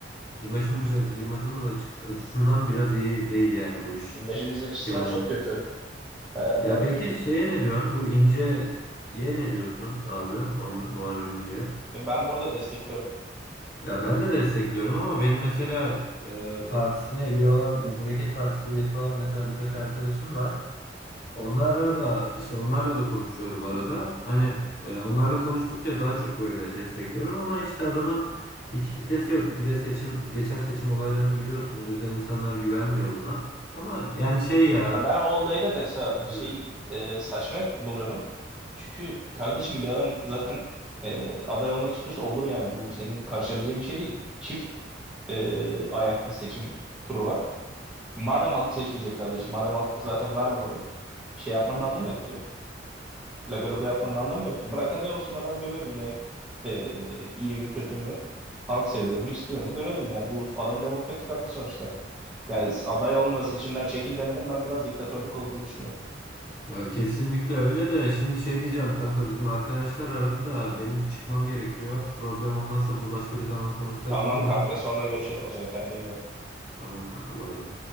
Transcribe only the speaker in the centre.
İmajımız açısından
çok kötü. Baya
baya
kötü.
E, ben bu arada destekliyorum.
Ya ben o olayı da mesela
şey e, saçma buluyorum. Çünkü kardeşim bir adam zaten e, aday olmak istiyorsa olur yani. Bu senin karışabileceğin bir şey değil. Çift e, ayaklı seçim turu var. Madem halk seçmeyecek kardeşim, madem halk zaten vermiyor oy, şey yapmanın
anlamı
yok ki. Laga luga yapmanın
anlamı yok ki. Bırak aday olsun adam görelim ne e, iyi mi kötü mü halk seviyor mu istiyor mu görelim ya. Bu adam demokratik hakkı sonuçta. Yani aday olma seçimden çekil demenin ben biraz diktatörlük olduğunu düşünüyorum.
Tamam
kanka
sonra görüşelim o zaman kendine iyi bak.